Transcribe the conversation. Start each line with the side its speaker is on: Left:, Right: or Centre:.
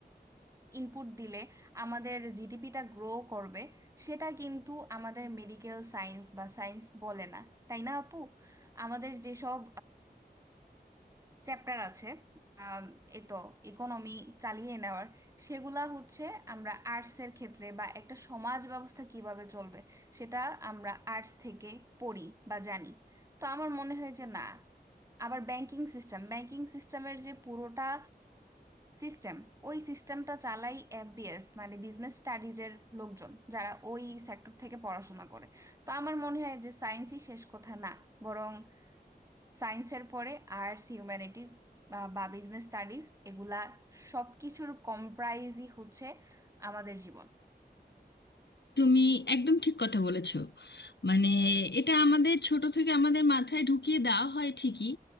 Right: ইনপুট দিলে আমাদের জিডিপিটা গ্রো করবে সেটা কিন্তু আমাদের মেডিকেল সায়েন্স বা সায়েন্স বলে না তাই না আপু আমাদের যেসব চ্যাপ্টার আছে আম, এই তো ইকোনমি চালিয়ে নেওয়ার সেগুলা হচ্ছে আমরা আর্টসের ক্ষেত্রে বা একটা সমাজ ব্যবস্থা কিভাবে চলবে সেটা আমরা আর্টস থেকে পড়ি বা জানি তো আমার মনে হয় যে না আবার ব্যাংকিং সিস্টেম ব্যাংকিং সিস্টেমের যে পুরোটা সিস্টেম ওই সিস্টেমটা চালাই এফবিএস মানে বিজনেস স্টাডিজের লোকজন যারা ওই সেক্টর থেকে পড়াশোনা করে তো আমার মনে হয় যে সায়েন্সই শেষ কথা না বরং সায়েন্সের পরে আর্টস হিউম্যানিটিজ বা বিজনেস স্টাডিজ এগুলা সবকিছুর কম্প্রাইজই হচ্ছে আমাদের জীবন
Left: তুমি একদম ঠিক কথা বলেছো মানে এটা আমাদের ছোট থেকে আমাদের মাথায় ঢুকিয়ে দেওয়া হয় ঠিকই